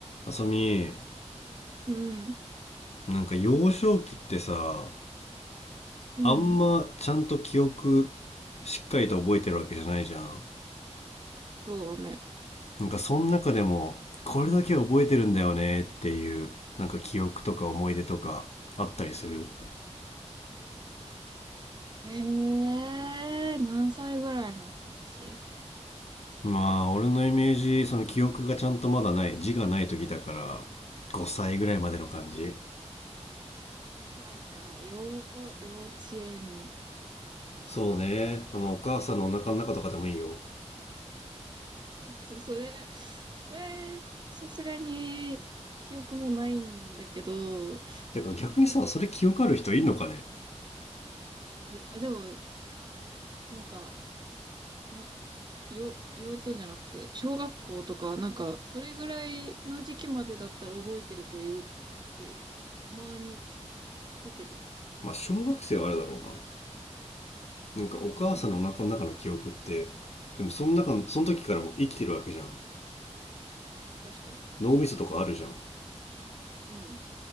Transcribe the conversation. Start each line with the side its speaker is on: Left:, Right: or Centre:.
Left: あさみ、
Right: うん、
Left: なんか幼少期ってさ、
Right: うん、
Left: あんまちゃんと記憶しっかりと覚えてるわけじゃないじゃん。
Right: そうね。
Left: なんかその中でも、これだけ覚えてるんだよねっていう、なんか記憶とか思い出とかあったりする。
Right: ええー何歳ぐらいの話
Left: まあ、俺のイメージ、その記憶がちゃんとまだない、字がない時だから、5歳ぐらいまでの感じ。
Right: ?5 歳か、幼、幼稚園
Left: そうね。
Right: か。
Left: あの、お母さんのお腹の中とかでもいいよ。
Right: ちょっとそれ、それ、さすがに記憶もないんだけど、
Left: てか逆にさ、それ記憶ある人いるのかね
Right: あ、でも、なんか、な、よ、幼稚園じゃなくて、小学校とか、なんか、それぐらいの時期までだったら覚えてる子いるって、たまに聞くけど。
Left: まあ、小学生はあれだろうな。なんかお母さんのお腹の中の記憶ってでもその中のその時からも生きてるわけじゃん
Right: うん、確かに。
Left: 脳みそとかあるじゃん
Right: うん。